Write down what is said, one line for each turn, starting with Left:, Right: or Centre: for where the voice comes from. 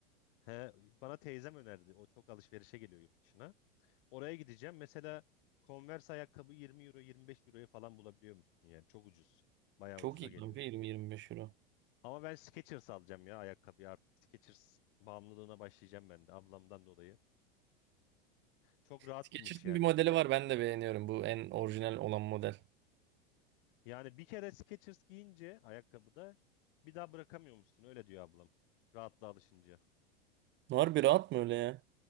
Left: He, bana teyzem önerdi. O çok alışverişe geliyor yurt dışına. Oraya gideceğim. Mesela Converse ayakkabı 20 euro 25 euroya falan bulabiliyormuşsun yani. Çok ucuz. Bayağı
Right: Çok
Left: ucuza
Right: iyi
Left: geliyor.
Right: kanka 20-25 euro.
Left: Ama ben Skechers alacağım ya ayakkabıyı artık. Skechers bağımlılığına başlayacağım ben de ablamdan dolayı. Çok rahatmış
Right: Skechers'ın
Left: yani.
Right: bir modeli var ben de beğeniyorum. Bu en orijinal olan model.
Left: Yani bir kere Skechers giyince ayakkabıda bir daha bırakamıyormuşsun öyle diyor ablam. Rahatla alışınca.
Right: Harbi rahat mı öyle ya?